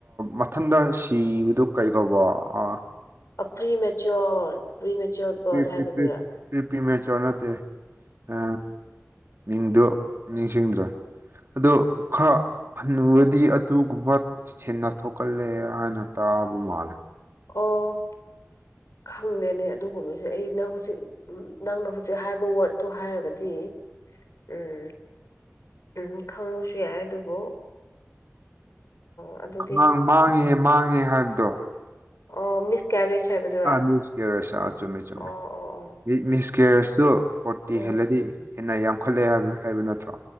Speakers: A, on the right; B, on the left.
A: ꯃꯊꯟꯇ ꯁꯤꯕꯗꯨ ꯀꯩ ꯀꯧꯕ ꯑ
B: ꯑꯣꯄ꯭ꯔꯤ ꯃꯦꯆꯣꯔ ꯄ꯭ꯔꯤ ꯃꯦꯆꯣꯔ ꯕꯔꯠ
A: ꯄꯤ ꯄꯤ
B: ꯍꯥꯏꯕꯗꯨꯔ
A: ꯄꯤ ꯄꯤꯄꯤ ꯃꯦꯆꯣꯠ ꯅꯠꯇꯦ ꯑ ꯃꯤꯡꯗꯨ ꯅꯤꯡꯁꯤꯡꯗ꯭ꯔꯦ ꯑꯗꯨ ꯈꯔ ꯅꯨꯨꯔꯗꯤ ꯑꯗꯨꯒꯨꯝꯕ ꯁꯦꯟꯅ ꯊꯣꯛꯀꯜꯂꯦ ꯍꯥꯏꯅ ꯇꯥꯕ ꯃꯥꯜꯂꯦ
B: ꯑꯣ ꯈꯪꯗꯦꯅꯦ ꯑꯗꯨꯒꯨꯝꯕꯁꯦ ꯑꯩ ꯅꯪ ꯍꯧꯖꯤꯛ ꯅꯪꯅ ꯍꯧꯖꯤꯛ ꯍꯥꯏꯕ ꯋꯥꯔꯗꯠꯇꯣ ꯍꯥꯏꯔꯒꯗꯤ ꯎꯝ ꯎꯝ ꯈꯪꯉꯣꯁꯨ ꯌꯥꯏ ꯑꯗꯨꯕꯨ ꯑ ꯑꯗꯨꯗꯤ
A: ꯑꯉꯥꯡ ꯃꯥꯡꯉꯦ ꯃꯥꯡꯉꯦ ꯍꯥꯏꯕꯗꯣ
B: ꯑꯣ ꯃꯤꯁ ꯀꯦꯔꯦꯖ ꯍꯥꯏꯕꯗꯨꯔꯥ
A: ꯑꯥꯗꯨ ꯁꯦꯔꯁ ꯑ ꯆꯨꯝꯃꯦ ꯆꯨꯝꯃꯦ
B: ꯑꯣ ꯑꯣ ꯑꯣ
A: ꯃꯤꯁ ꯀꯦꯔꯤꯌꯁꯇꯨ ꯐꯣꯔꯇꯤ
B: ꯎꯝ
A: ꯍꯦꯜꯂꯗꯤ ꯍꯦꯟꯅ ꯌꯥꯝꯈꯠꯂꯦ ꯍꯥꯏꯕ ꯍꯥꯏꯕ ꯅꯠꯇ꯭ꯔꯣ